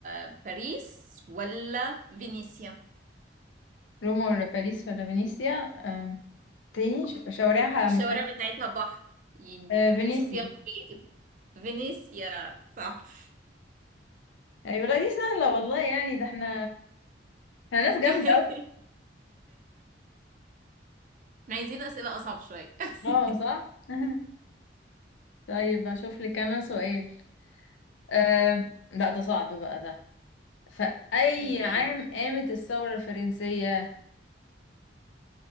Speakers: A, on the right; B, on the left.
A: باريس ولا فينيسيا
B: روما ولا باريس ولا فينيسيا آه. تاني ش- شوارعها
A: الشوارع
B: ما فيهاش
A: بتاعتها بحر ي-
B: آه فينيسيا
A: بيمشوا فيها بمراكب فينيسيا صح
B: ايوه لا دي سهلة والله يعني ده احنا احنا ناس جامدة
A: <laughs>
B: اوي
A: احنا عايزين أسئلة أصعب شوية <laughs>
B: اه صح <laughs> طيب اشوف لك كمان سؤال آه. لا ده صعب بقى ده في أي
A: ايه
B: عام قامت الثورة الفرنسية؟